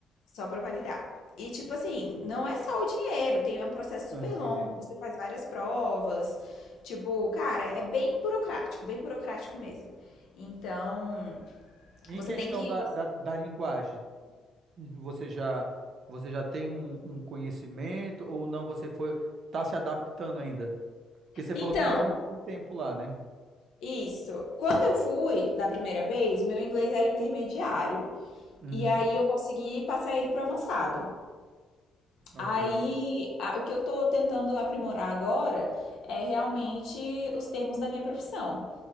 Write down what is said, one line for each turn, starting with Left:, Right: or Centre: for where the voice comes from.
Left: Só pra validar. E tipo assim, não é só o dinheiro, tem é um processo super
Right: Ah, sim,
Left: longo,
Right: sim.
Left: você faz várias provas. Tipo, cara, é bem burocrático, bem burocrático mesmo. Então,
Right: Em
Left: você
Right: questão
Left: tem que.
Right: da,
Left: você-
Right: da, da linguagem, você já, você já tem um, um conhecimento ou não? Você foi, tá se adaptando ainda? Porque você falou
Left: Então,
Right: que morou um, um tempo lá, né?
Left: isso. Quando eu fui da primeira vez, o meu inglês era intermediário.
Right: Uhum,
Left: E aí eu consegui passar ele pro avançado.
Right: ok.
Left: Aí, a- o que eu tô tentando aprimorar agora é realmente os termos da minha profissão.